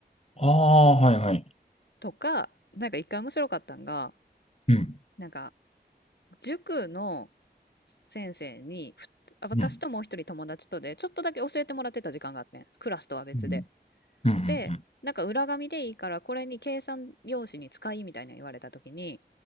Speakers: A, on the left; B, on the left.
A: あー、はいはい。
B: とか、なんか一回面白かったんが、
A: うん。
B: なんか塾の先生に、ふあ私ともう一人友達とで、
A: うん。
B: ちょっとだけ教えてもらってた時間があってん。クラスとは別で。
A: うん。うん。
B: で、なんか裏紙でいいから、これに計算用紙に使いみたいな言われた時に、